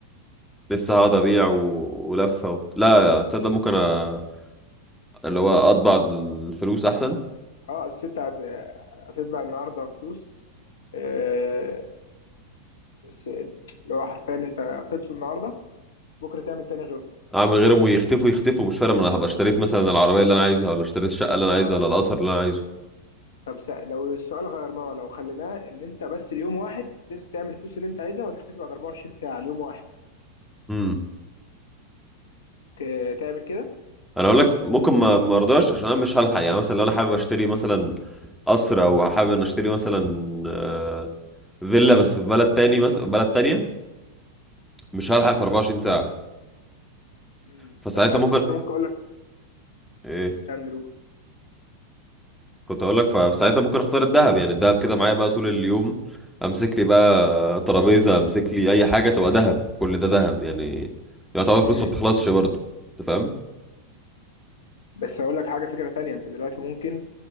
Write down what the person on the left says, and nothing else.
اه الست هت... هتتبع النهارده فلوس آه بس اللي هو حرفيا انت خلصوا النهارده بكره تعمل تاني غيره
بالظبط
اه
طب سا... لو السؤال غيرناه لو خليناه ان انت بس اليوم واحد تس- تعمل الفلوس اللي انت عايزها وتختفي بعد 24 ساعه اليوم واحد
ت... تعمل كده
امم
طب آه،
بس انا ممكن اقول لك
كمل قول
امم
بس اقول لك حاجه فكره تانية انت دلوقتي ممكن